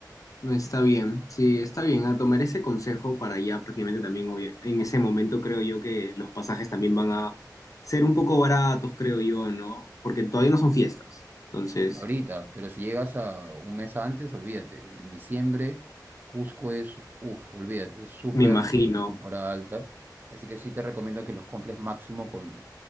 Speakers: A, on the left (about 50°); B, on the right (about 25°).
A: Está bien, sí, está bien. A tomar ese consejo para ya prácticamente también, obvia- en ese momento creo yo que los pasajes también van a ser un poco baratos, creo yo, ¿no? Porque todavía no son fiestas. Entonces,
B: Ahorita, pero si llegas a un mes antes, olvídate. En diciembre, Cusco es, uff, olvídate, súper,
A: me imagino.
B: súper temporada alta. Así que sí te recomiendo que los compres máximo con